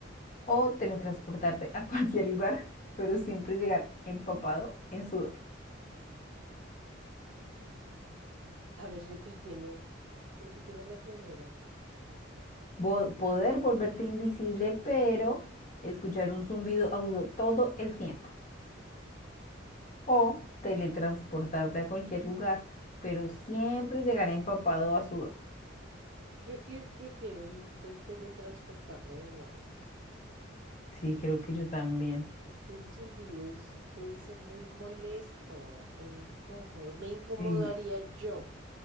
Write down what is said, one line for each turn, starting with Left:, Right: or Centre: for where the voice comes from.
Left: ¿O teletransportarte a <laughs> cualquier lugar, pero siempre llegar empapado en sudor?
Right: A ver, repíteme, repíteme la primera.
Left: Vo- poder volverte invisible, pero escuchar un zumbido agudo todo el tiempo. ¿O teletransportarte a cualquier lugar, pero siempre llegar empapado a sudor?
Right: Creo que prefiero el de teletransportarme de nuevo.
Left: Sí, creo que yo también.
Right: Es que el zumbido es- debe ser muy molesto e incómodo. Me incomodaría
Left: Sí.
Right: yo.